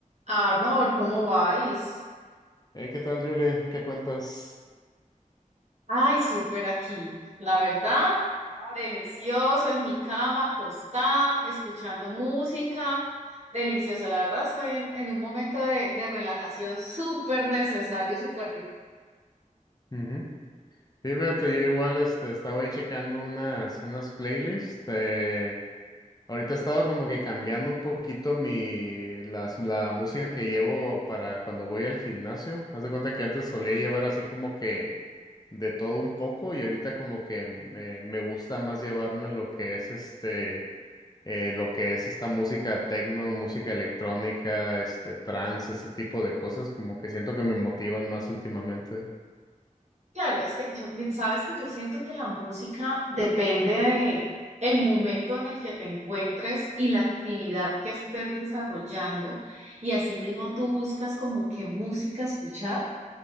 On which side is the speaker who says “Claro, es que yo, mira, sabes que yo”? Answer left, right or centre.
Right